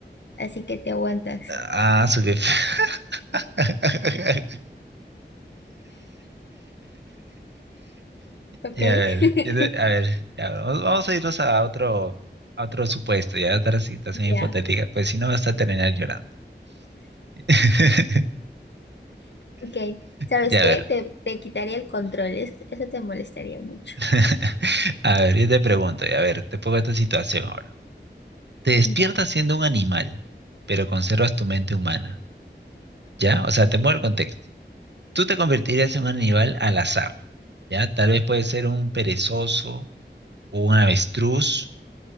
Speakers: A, on the left (about 70°); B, on the right (about 70°).
A: Así que te aguantas,
B: Ah, su jefe. <laughs>
A: ¿ok?
B: Y
A: <laughs>
B: a ver, y de- a ver, ya, bueno, vamos, vamos a irnos a otro, a otro supuesto, ya a otra situación
A: Ya,
B: hipotética, pues si no vas a terminar llorando. <laughs>
A: ok. ¿Sabes
B: Ya
A: qué?
B: a ver,
A: Te, te quitaría el control, es- eso te molestaría mucho.
B: <laughs> a ver, yo te pregunto, y a ver, te pongo esta situación ahora. Te despiertas
A: Ya,
B: siendo un animal, pero conservas tu mente humana, ¿ya? O sea, te pongo el contexto. Tú te convertirías en un animal al azar, ¿ya? Tal vez puede ser un perezoso o un avestruz